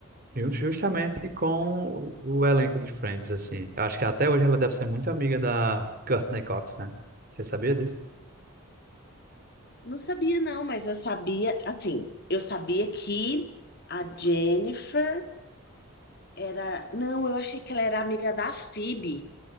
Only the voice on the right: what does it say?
Ju- Justamente com o elenco de Friends, assim. Acho que até hoje ela deve ser muito amiga da Courtney Cox, né? Você sabia disso?